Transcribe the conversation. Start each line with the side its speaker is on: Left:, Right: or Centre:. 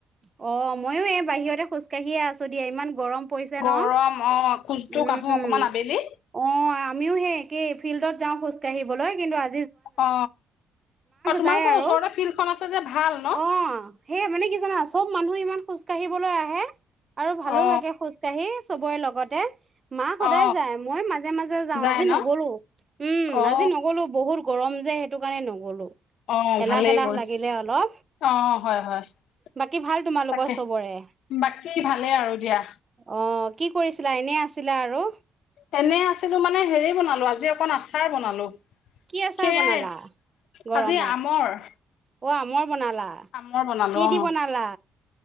Right: অ, ময়ো এই বাহিৰতে খোজকাঢ়িয়ে আছো দিয়া। ইমান গৰম পৰিছে
Left: গৰম
Right: ন?
Left: অ খোজটো
Right: উম,
Left: কাঢ়ো অকমান আবেলি
Right: অ আমিও সেই একেই। ফিল্ডত যাওঁ খোজ কঢ়িবলৈ, কিন্তু আ
Left: অ, অ তোমালোকৰ
Right: যায় আৰু
Left: ওচৰতে ফিল্ডখন আছে যে ভাল ন?
Right: অ সেই মানে কি জানা, চব মানুহে ইমান খোজ কাঢ়িবলৈ আহে। আৰু ভালো
Left: অ
Right: লাগে খোজকাঢ়ি। চবৰে লগতে মা সদায়
Left: অ
Right: যায়। মই মাজে মাজে যাওঁ।
Left: যায়
Right: আজি
Left: ন
Right: নগলো। উম,
Left: অ
Right: আজি নগলো। বহুত গৰম যে সেইটো কাৰণে নগ'লো
Left: অ
Right: এলাহ
Left: ভালেই
Right: এলাহ
Left: কৰিছা।
Right: লাগিলে অলপ
Left: অ হয়। হয়।
Right: বাকী ভাল তোমালোকৰ
Left: তাকে,
Right: চবৰে
Left: বাকী ভালেই আৰু দিয়া।
Right: অ কি কৰিছিলা? এনেই আছিলা আৰু।
Left: এনে আছিলো মানে হেৰি বনালো আজি অকণ আচাৰ বনালো
Right: কি আচাৰ
Left: সেয়াই
Right: বনালা গৰমত
Left: আজি আমৰ।
Right: অ' আমৰ বনালা,
Left: আমৰ বনালো
Right: কি
Left: অ
Right: দি বনালা?